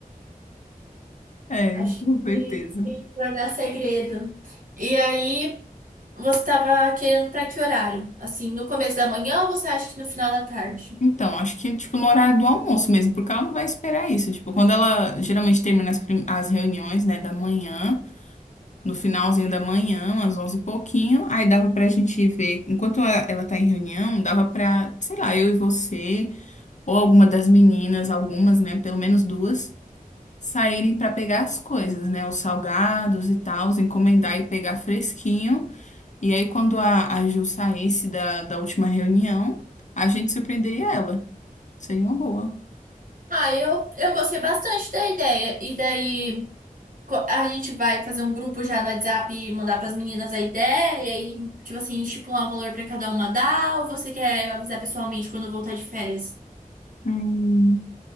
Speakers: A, on the left; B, on the right.
A: É,
B: Acho
A: com certeza.
B: que tem que guardar segredo. E aí. Você estava querendo para que horário? Assim, no começo da manhã ou você acha que no final da tarde?
A: Então, acho que, tipo, no horário do almoço mesmo, porque ela não vai esperar isso. Tipo, quando ela geralmente termina as, prim- as reuniões, né, da manhã, no finalzinho da manhã, às 11 e pouquinho, aí dava pra gente ver. Enquanto a- ela tá em reunião, dava pra, sei lá, eu e você, ou alguma das meninas, algumas, né, pelo menos duas saírem para pegar as coisas, né? Os salgados e tal, encomendar e pegar fresquinho. E aí, quando a, a Ju saísse da, da última reunião, a gente surpreenderia ela. Seria uma boa.
B: Ah, eu, eu gostei bastante da ideia. E daí co- a gente vai fazer um grupo já no WhatsApp e mandar para as meninas a ideia e, tipo assim, estipular um valor para cada uma dar? Ou você quer avisar pessoalmente quando voltar de férias?
A: Hum.